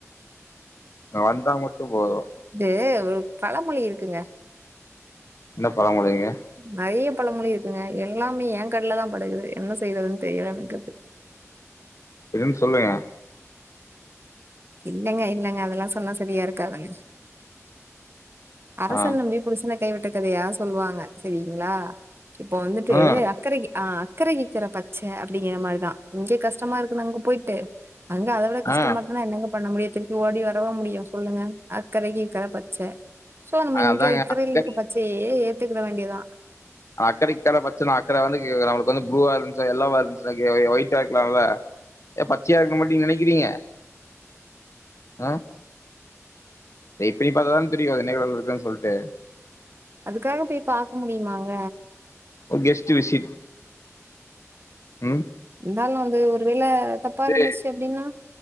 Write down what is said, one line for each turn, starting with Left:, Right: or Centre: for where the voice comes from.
Left: நா வந்தா மட்டும் போதும்
Right: இது ஒரு பழமொழி இருக்குங்க
Left: என்ன பழமொழிங்க
Right: நிறைய பழமொழி இருக்குங்க எல்லாமே என் கண்ணுல தான் படுகுது என்ன செய்யறதுன்னு தெரியல எனக்கு
Left: என்னனு சொல்லுங்க
Right: இல்லங்க இல்லங்க அதெல்லாம் சொன்னா சரியா இருக்காதுங்க அரசன்
Left: ஆ
Right: நம்பி புருசனை கைவிட்ட கதையா சொல்லுவாங்க செரிங்களா இப்போ வந்துட்டு
Left: ம்
Right: அக்கரைக ஆ அக்கரைகிக்கிற பச்சை அப்டிங்கிற மாதிரிதான் இங்க கஷ்டமா இருக்குது அங்க போய்ட்டு அங்க அவ்ளோ கஷ்டமா
Left: ஆ
Right: இருக்குன்னா என்னங்க பண்ண முடியும் திரும்பி ஓடி வரவா முடியும் சொல்லுங்க அக்கரைக்கு இக்கரை பச்ச சோ நம்ம இங்க
Left: அதாங்க
Right: இக்கரை
Left: அக்கறை
Right: பச்சையே ஏத்துக்கிட வேண்டியதான்
Left: அக்கரைக்கு தான பச்சன்னா அக்கரை வந்து நம்மளுக்கு வந்து ப்ளுவா இருன்ச்சா ஏல்லோவா இருந்துச்சு ஒயிட்டா இருக்கலாம்ல்ல ஏ பச்சையா இருக்க மாட்டி நீ நினைக்கிறீங்க ஆ எப்டி பாத்தாலும் தெரியும் என்னிக்கி வருவான் சொல்ட்டு
Right: அதுக்காக போய் பார்க்க முடியுமாங்க
Left: கெஸ்ட்டு விசிட் ம்
Right: இருந்தாலும் வந்து ஒருவேள தப்பா
Left: இது
Right: இருந்துச்சு அப்டின்னா